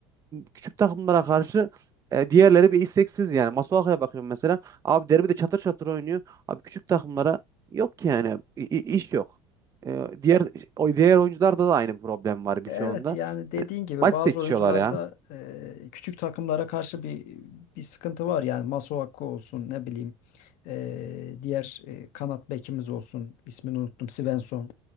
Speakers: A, on the right; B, on the left.
A: küçük takımlara karşı e, diğerleri bir isteksiz yani. Masuaku'ya bakıyorum mesela. Abi derbide çatır çatır oynuyor. Abi küçük takımlara yok ki yani. İ- i- iş yok. E, diğer o diğer oyuncularda da aynı problem var birçoğunda.
B: E, Evet yani dediğin
A: Yani
B: gibi
A: maç
B: bazı
A: seçiyorlar
B: oyuncularda
A: ya.
B: e, küçük takımlara karşı bir bir sıkıntı var. Yani Masuaku olsun ne bileyim e, diğer e, kanat bekimiz olsun ismini unuttum Svensson.